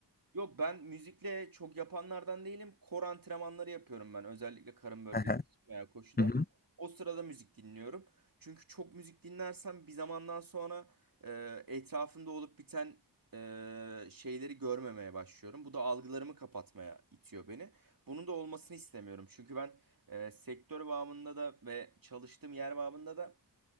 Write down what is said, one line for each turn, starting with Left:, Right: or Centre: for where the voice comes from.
Right: Yok ben müzikle çok yapanlardan değilim. Kor antrenmanları yapıyorum ben özellikle karın bölgesi
Left: Hı hı.
Right: için veya koşuda.
Left: Hı hı.
Right: O sırada müzik dinliyorum. Çünkü çok müzik dinlersem bir zamandan sonra e, etrafımda olup biten e, şeyleri görmemeye başlıyorum. Bu da algılarımı kapatmaya itiyor beni. Bunun da olmasını istemiyorum. Çünkü ben e, sektör bağımında da ve çalıştığım yer bağımında da